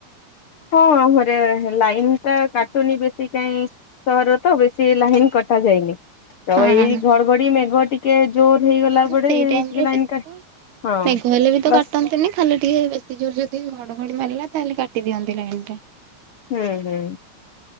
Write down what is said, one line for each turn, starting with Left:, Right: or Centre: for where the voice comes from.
Left: ହଁ ଘରେ ଲାଇନ୍ ଟା କାଟୁନି ବେଶୀ କାହିଁ ସହର ତ ବେଶୀ ଲାଇନ କଟା ଯାଇନି ତ
Right: ହଁ
Left: ଏଇ ଘଡଘଡି ମେଘ ଟିକେ। ଜୋର ହେଇଗଲା ପରେ
Right: ସେଇ ଟାଇମରେ
Left: ଟିକେ ଲାଇନ
Right: ବେଶୀ
Left: କା
Right: ତ
Left: ହଁ
Right: ମେଘ ହେଲେ ବି ତ
Left: ବାସ୍।
Right: କାଟନ୍ତିନି ଖାଲି ଟିକେ ବେଶୀ ଜୋର ଯଦି ଘଡ଼ଘଡ଼ି ମାରିଲା ତାହେଲେ କାଟିଦିଅନ୍ତି ଲାଇନ ଟା।
Left: ହୁଁ ହୁଁ।